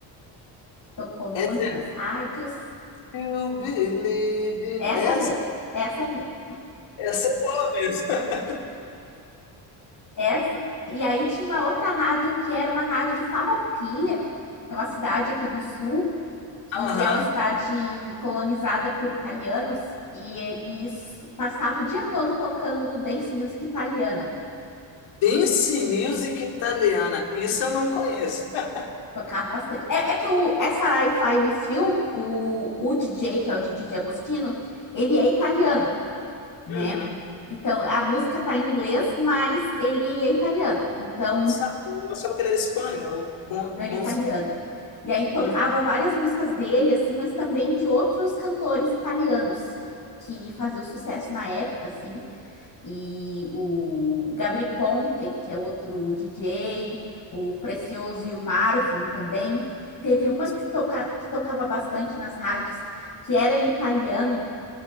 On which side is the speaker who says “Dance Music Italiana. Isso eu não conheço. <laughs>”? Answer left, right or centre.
Left